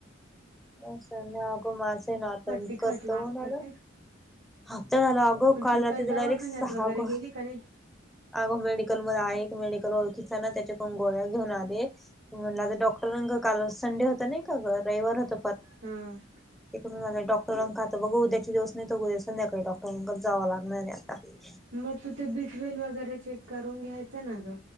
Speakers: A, in the centre; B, on the right.
A: अस नाही अगं माझं नाताकतो
B: तिखट लागत
A: होणाला.
B: ते
A: हप्ता झाला अगो
B: मग
A: काल
B: तू
A: रात्री
B: काय दवाखान्यात
A: तर डायरेक्ट सहा
B: वगैरे
A: कॉल
B: गेली का नाही?
A: अगो मेडिकल मध आहे मेडिकल ओळखीताना त्याच्याकून गोळ्या घेऊन आले. म्हणलं तर डॉक्टर काल संडे होता नाही का रविवार होत
B: हम
A: इकडून झालं डॉक्टरांक आता बघ उद्याचे दिवस नाही त उद्या संध्याकाळी डॉक्टरांकच जावं लागणारे आता. ते
B: मग तू ते बी ट्वेल वगैरे चेक करून घ्यायचं ना ग.